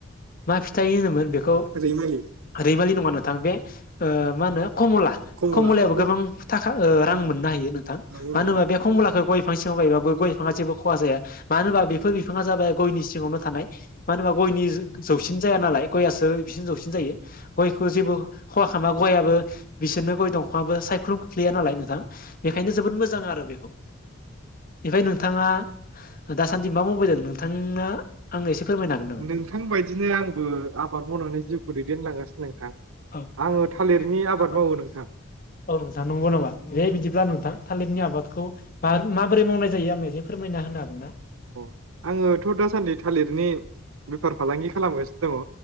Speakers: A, on the left; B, on the right.
A: मा फिथाइ होनोमोन बेखौ
B: ओरै मारै
A: रैमालि नङा नोंथां बे मा होनो कमला
B: कमला
A: कमलाबो
B: नंगौ
A: गोबां थाखा
B: नोंथां
A: रां मोननो हायो नोंथां
B: नंगौ
A: मानो
B: नोंथां
A: होनबा बे खम गय बिफां सिङाव गायबाबो गय बिफाङा जेबो खहा जाया मानो होनबा बेफोर बिफाङा जाबाय गयनि सिङावनो थानाय मानो होनबा गयनि जौसिन जाया नालाय गयसो बिसिनि जौसिन जायो गयखौ जेबो खहा खालामा गयाबबो बिसोरनो गय दंफांआबो सायख्लुम गैया नालाय नोंथां बेखायनो जोबोद मोजां आरो बेखौ ओमफ्राय नोंथाङा दासान्दि मा मावबाय जादों नोंथाङा आंनो एसे फोरमायनो
B: नोंथां बायदिनो आंबो आबाद मावनानै जिउखौ दैदेनलांगासिनो नोंथां
A: हागोन नामा <unintelligible>
B: आङो थालिरनि आबाद मावो नोंथां
A: औ औ नोंथां नंगौ नामा बे बिदिब्ला नोंथां थलिरनि आबादखौ माबोरै मावनाय जायो आंनिनो एसे फोरमायना होनो हागोन ना ना
B: अ आङोथ' दासान्दि थालिरनि बेफार फालांगि खालामगासिनो दङ